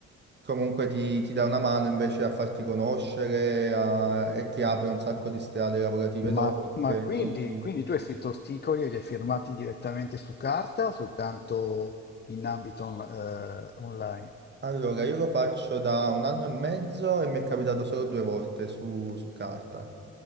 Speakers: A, on the right; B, on the left.
A: comunque ti, ti dà una mano invece a farti conoscere a- e ti apre un sacco di strade lavorative
B: Ma,
A: dopo.
B: ma
A: perché
B: quindi,
A: incontri-
B: quindi tu hai scritto sticoli e li hai firmati direttamente su carta o soltanto in ambito on- eh, online?
A: Allora, io lo faccio da un anno e mezzo e mi è capitato solo due volte su, su carta.